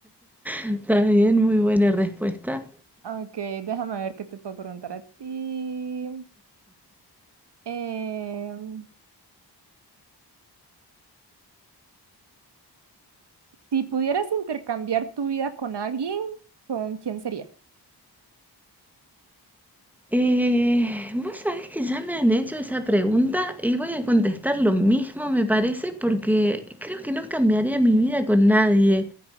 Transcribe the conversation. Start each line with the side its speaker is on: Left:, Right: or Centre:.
Centre: Está bien, muy buena respuesta.
Right: Ok, déjame ver qué te puedo preguntar a ti. Em, si pudieras intercambiar tu vida con alguien, ¿con quién sería?
Centre: Eh, vos sabés que ya me han hecho esa pregunta y voy a contestar
Right: Ujú.
Centre: lo mismo, me parece, porque creo que no cambiaría mi vida con nadie.